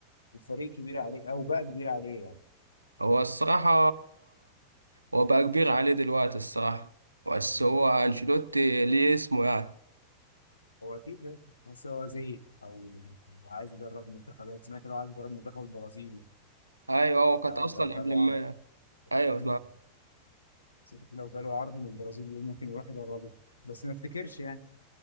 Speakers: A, on the left; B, on the right.
A: والفريق كبير عليه او بقى كبير عليه يعني
B: هو الصراحه هو بقى كبير عليه دلوقتي الصراحه بس
A: مم.
B: هو انشيلوتي ليه اسمه يعني
A: هو اكيد بس هو زهق او عايز يدرب المنتخبات سمعت لو عايز يدرب منتخب البرازيل
B: ايوه هو كانت
A: آه
B: اصلا
A: لو جاله
B: قبل ما
A: عرض
B: ايوه
A: مم. سمعت <laughs> لو جاله عرض من البرازيل يقول ممكن يروح يدربه بس ما افتكرش يعني